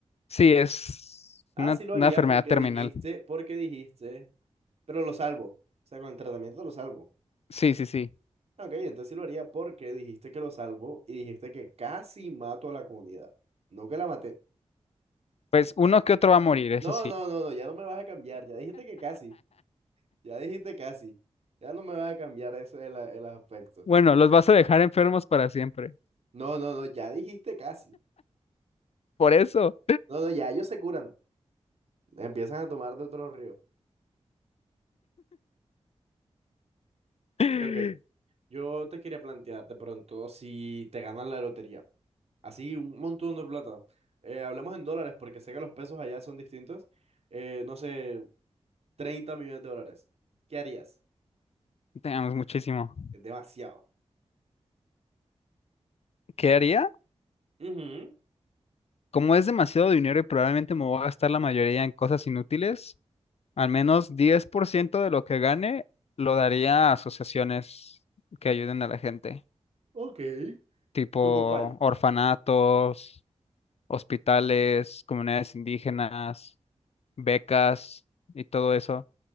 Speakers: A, on the left; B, on the right.
A: Sí, es
B: Ah,
A: una,
B: sí lo
A: una
B: haría
A: enfermedad
B: porque
A: terminal.
B: dijiste, porque dijiste, pero lo salvo. O sea, con el tratamiento lo salvo.
A: Sí, sí, sí.
B: Ok, entonces sí lo haría porque dijiste que lo salvo y dijiste que casi mato a la comunidad. No que la maté.
A: Pues uno que otro va a morir, eso
B: No,
A: sí.
B: no, no, no, ya no me vas a cambiar. Ya dijiste que casi. Ya dijiste casi. Ya no me vas a cambiar eso, el el aspecto.
A: Bueno, los vas a dejar enfermos para siempre.
B: No, no, no, ya dijiste casi.
A: Por eso.
B: No, no, ya ellos se curan. Empiezan a tomar de otro río.
A: <laughs> Te
B: Pero ok, yo te quería plantear de pronto si te ganas la lotería. Así, un montón de plata. Eh, hablemos en dólares porque sé que los pesos allá son distintos. Eh, no sé, 30 millones de dólares. ¿Qué harías?
A: amamos muchísimo.
B: Es demasiado.
A: ¿Qué haría?
B: Ujú.
A: Como es demasiado dinero y probablemente me voy a gastar la mayoría en cosas inútiles, al menos 10% de lo que gane lo daría a asociaciones que ayuden a la gente,
B: Ok.
A: tipo
B: ¿Cómo cuál?
A: orfanatos, hospitales, comunidades indígenas, becas y todo eso.